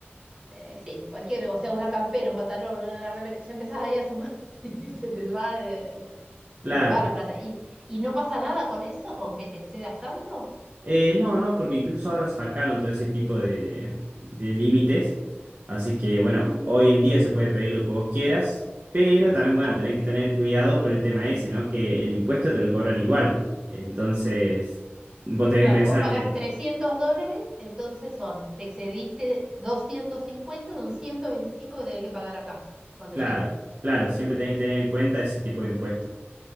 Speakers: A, on the right (about 15°); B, on the right (about 45°).
A: eh, sí, cualquier, o sea, una campera, un pantalón, una remera, ya empezás ahí a sumar <laughs> y se te va de-
B: Claro,
A: se te va la plata. ¿Y, y no pasa nada con eso, con que te excedas tanto?
B: Eh, no, no, porque incluso ahora sacaron todo ese tipo de, de límites. Así que bueno,
A: Ujú.
B: hoy en día se puede pedir lo que vos quieras, pero también bueno,
A: Ah,
B: tenés que tener cuidado por el tema ese, ¿no? Que el impuesto te lo cobran igual. Entonces, vos tenés
A: claro,
B: que pensar
A: vos pagás
B: que,
A: 300 dólares, entonces son, te excediste 250, son 125 que tenés que pagar acá cuando
B: claro,
A: llega.
B: claro, siempre tenés que tener en cuenta ese tipo de impuestos.